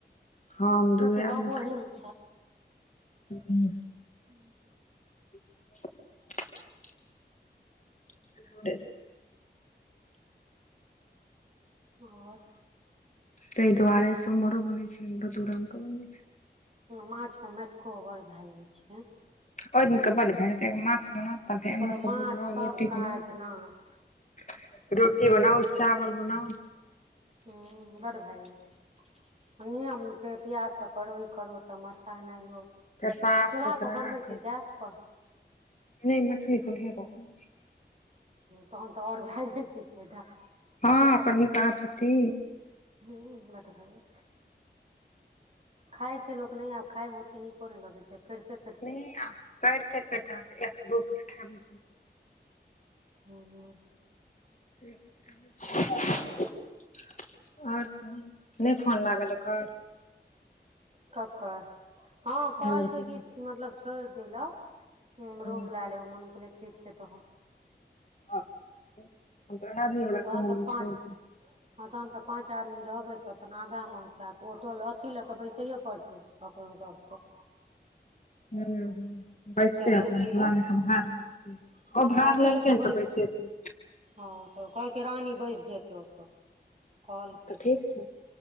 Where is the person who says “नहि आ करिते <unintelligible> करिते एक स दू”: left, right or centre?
Left